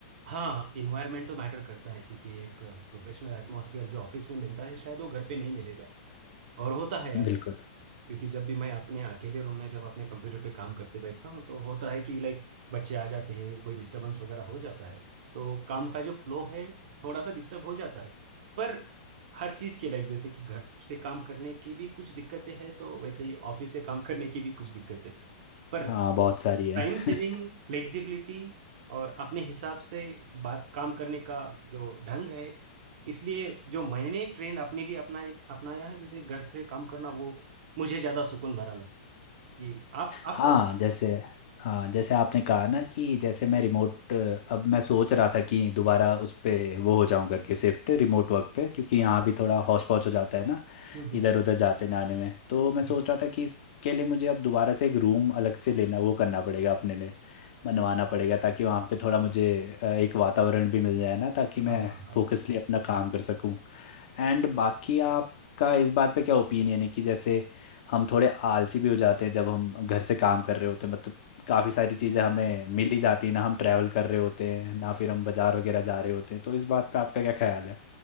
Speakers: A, on the right; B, on the left.
A: हाँ इन्वायरमेंट तो मैटर करता है क्योंकि एक प्रोफेशनल एटमॉस्फेयर जो ऑफिस में मिलता है शायद वो घर पे नहीं मिलेगा और होता है अक्सर
B: बिल्कुल
A: क्योंकि जब भी मैं अपने अकेले रूम में जब अपने कंप्यूटर पे काम करते बैठता हूँ तो होता है कि लाइक बच्चे आ जाते हैं कोई डिस्टरबेंस वगैरह हो जाता है तो काम का जो फ्लो है थोड़ा सा डिस्टर्ब हो जाता है पर हर चीज़ के लाइक जैसे कि घर से काम करने की भी कुछ दिक्कतें हैं तो वैसे ही ऑफिस से काम करने की भी कुछ दिक्कतें पर
B: हाँ बहुत सारी है
A: टाइम सेविंग
B: <laughs>
A: फ्लेक्सिबिलिटी और अपने हिसाब से बात काम करने का जो ढंग है इसलिए जो मैंने ट्रेंड अपने लिए अपना अपनाया है जैसे घर पे काम करना वो मुझे ज्यादा सुकून भरा लगता है कि आप आपको
B: हाँ जैसे हाँ जैसे आपने कहा ना कि जैसे मैं रिमोट अब मैं सोच रहा था कि दोबारा उस पे वो हो जाऊं करके शिफ्ट रिमोट वर्क पे क्योंकि यहाँ भी थोड़ा हौच पौच हो जाता है ना
A: हम्म,
B: इधर उधर जाते ना आने में तो मैं
A: हम्म,
B: सोच रहा था कि इसके लिए मुझे अब दोबारा से एक रूम अलग से लेना वो करना पड़ेगा अपने लिए बनवाना पड़ेगा ताकि वहाँ पे थोड़ा मुझे अ, एक वातावरण भी मिल जाए ना ताकि मैं
A: हाँ हाँ हाँ
B: फोकसली अपना काम कर सकूं एंड बाकी आपका इस बात पे क्या ओपिनियन है कि जैसे हम थोड़े आलसी भी हो जाते हैं जब हम घर से काम कर रहे होते हैं मतलब काफ़ी सारी चीज़ें हमें मिल ही जाती हैं ना हम ट्रैवल कर रहे होते हैं ना फिर हम बाजार वगैरह जा रहे होते हैं तो इस बात पे आपका क्या ख्याल है